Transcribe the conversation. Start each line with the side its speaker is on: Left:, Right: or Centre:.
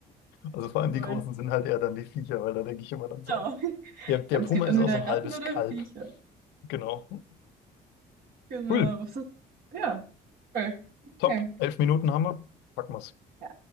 Left: Also vor allem
Right: Cool.
Left: die Großen sind halt eher dann die Viecher, weil da denke ich immer dann so
Right: Genau.
Left: an.
Right: <laughs>
Left: Der, der
Right: Es
Left: Puma
Right: gibt
Left: ist
Right: entweder
Left: auch so ein
Right: Ratten
Left: halbes
Right: oder
Left: Kalb.
Right: Viecher.
Left: Genau.
Right: Genau.
Left: Cool.
Right: Was ist- Ja. Cool.
Left: Top.
Right: Okay.
Left: Elf Minuten haben wir. Packen wir's.
Right: Ja.